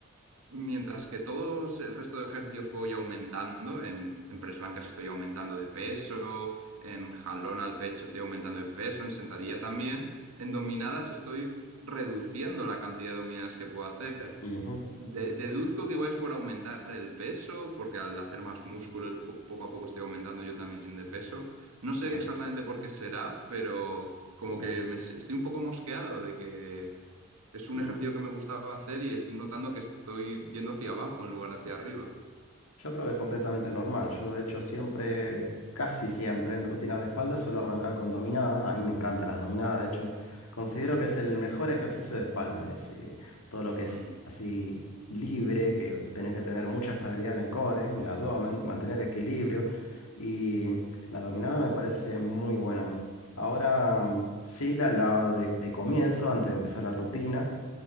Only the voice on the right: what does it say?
Mientras que todos el resto de ejercicios voy aumentando, en, en press banca estoy aumentando de peso, en jalón al pecho estoy aumentando de peso, en sentadilla también, en dominadas estoy reduciendo la cantidad de dominadas que puedo hacer.
De- deduzco que igual es por aumentar el peso, porque al hacer más músculo po- poco a poco estoy aumentando yo también de peso. No sé
exactamente por qué será, pero como
que me s- estoy un poco mosqueado de que es un
ejercicio que me gustaba hacer y estoy notando que estoy yendo hacia abajo en lugar de hacia arriba.
Mm,